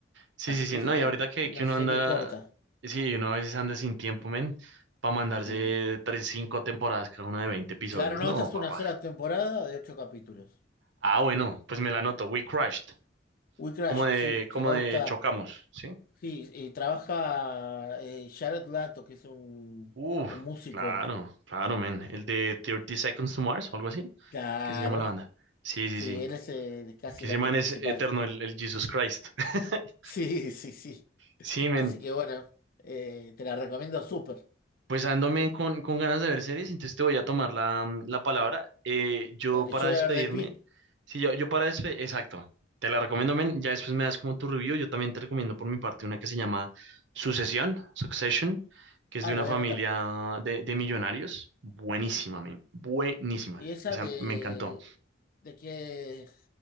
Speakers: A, on the right; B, on the left.
A: Sí,
B: Así
A: sí, sí.
B: que
A: No,
B: es una,
A: y ahorita que,
B: una
A: que uno
B: serie
A: anda,
B: corta.
A: sí, uno a veces anda sin tiempo, men, para mandarse
B: ¿sí?
A: tres, cinco temporadas, cada una de 20 episodios.
B: Claro, no,
A: No,
B: esta es
A: papá.
B: una sola temporada de ocho capítulos.
A: Ah, bueno, pues me la anoto. We crashed,
B: We Crash,
A: Como de,
B: sí, te
A: como
B: va a
A: de
B: gustar.
A: chocamos, ¿sí?
B: Sí, eh, trabaja eh, Jared Lato, que es un,
A: Uf,
B: un músico.
A: claro, claro, men. El de Thirty Seconds to Mars o algo así,
B: Claro,
A: ¿Qué se llama la banda. Sí, sí,
B: sí,
A: sí.
B: él es el- casi
A: Que
B: el
A: ese
B: actor
A: man
B: principal.
A: es eterno,
B: <laughs>
A: el, el Jesus Christ. <laughs>
B: Sí, sí, sí.
A: Sí, men.
B: Así que bueno, eh, te la recomiendo súper.
A: Pues ándome con, con ganas de ver series, entonces te voy a tomar la, mm, la palabra. Eh, yo
B: Dale,
A: para
B: yo
A: despedirme,
B: voy a ver The Pitt.
A: sí, yo, yo para despedirme, exacto, te la recomiendo, men, ya después me das como tu review, yo también te recomiendo por mi parte una que se llama Sucesión, Succession, que es
B: Ah,
A: de una
B: la voy
A: familia
B: a anotar.
A: de, de millonarios, buenísima, men, buenísima,
B: ¿Y esa
A: esa
B: de,
A: me encantó.
B: de qué